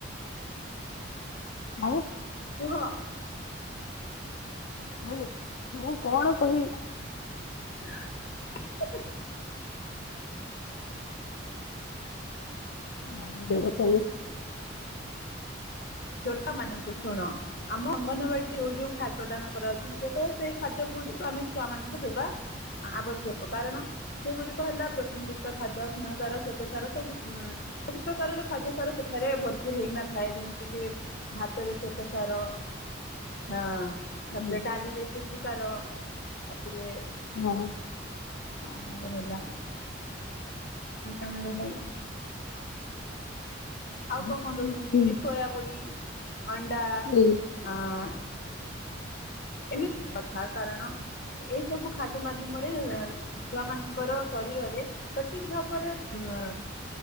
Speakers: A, on the left (about 70°); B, on the left (about 50°).
A: ଆଉ
B: କୁହ
A: ହଉ ମୁଁ କଣ କହି
B: <inaudible>
A: ମାରି ଦେବ ତମେ।
B: ଛୋଟ ମାନଙ୍କୁ ଶୁଣ ଆମ ଅଙ୍ଗନବାଡିରେ ଯୋଉ ଯୋଉ ଖାଦ୍ୟ ପ୍ରଦାନ କରାଉଛି କି ତ ସେଇ ଖାଦ୍ୟ ଗୁଡିକୁ ଆମେ ଛୁଆ ମାନଙ୍କୁ ଦେବା ଆବଶ୍ୟକ କାରଣ ସେଗୁଡିକ ହେଲା ପ୍ରୋଟିନ୍ ଯୁକ୍ତ ଖାଦ୍ୟ ସ୍ନେହ ସାର ସ୍ଵେତ ସାର ସବୁ ସବୁ ପ୍ରକାରର ଖାଦ୍ୟ ସାର ସେଠାରେ ଭରପୁର ହେଇକିନା ଥାଏ ଯେମିତି ଟିକେ ଭାତରେ ଶ୍ବେତ ସାର ହଁ।
A: ହଁ
B: ତାପରେ ଡାଲିରେ ପୁଷ୍ଟ ସାର ତାପରେ
A: ହଁ।
B: ଆ ତାଙ୍କର ହେଲା ଆଉ <unintelligible> ଆଉ
A: ଭିଟାମିନ
B: କଣ କଣ ଦଉଛନ୍ତି
A: ସି
B: କି? ସୟାବୁଡ଼ି ଅଣ୍ଡା
A: ହୁଁ
B: ଆ ଏମିତି କଥା କାରଣ ଏଇ ସବୁ ଖାଦ୍ୟ ମାଧ୍ୟମରେ ଛୁଆ ମାନଙ୍କର ଶରୀରରେ ସଠିକ ଭାବରେ ଉ